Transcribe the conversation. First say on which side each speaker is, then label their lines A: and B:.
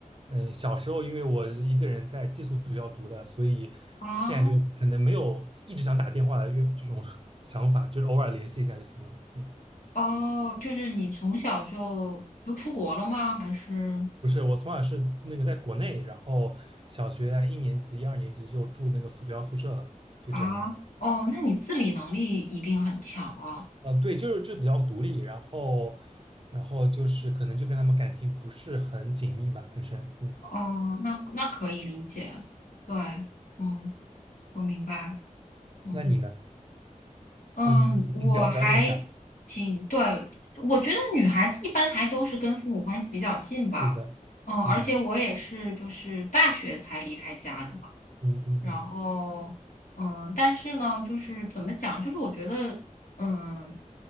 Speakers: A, on the right; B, on the left.
A: 嗯，小时候因为我是一个人在寄宿学校读的，所以现在就可能没有一直想打电话的又这种
B: 啊，
A: <laughs> 想法，就是偶尔联系一下就行了。嗯，
B: 哦，就是你从小就就出国了吗？还是？
A: 不是，我从小是那个在国内，然后小学在一年级、一二年级就住那个宿学校宿舍了，就这样子。
B: 啊，哦，那你自理能力一定很强了。
A: 啊，对，就是就比较独立，然后，然后就是可能就跟他们感情不是很紧密吧，很深。嗯，
B: 哦，那那可以理解。对，嗯，我明白。嗯
A: 那你呢？
B: 嗯，
A: 你你了了解啥？
B: 我还挺，对，我觉得女孩子一般还都是跟父母关系比较近吧。
A: 是的，
B: 嗯，而且我也是就是大学才离开家的嘛。
A: 嗯嗯嗯嗯，
B: 然后，嗯，但是呢，就是怎么讲，就是我觉得，嗯，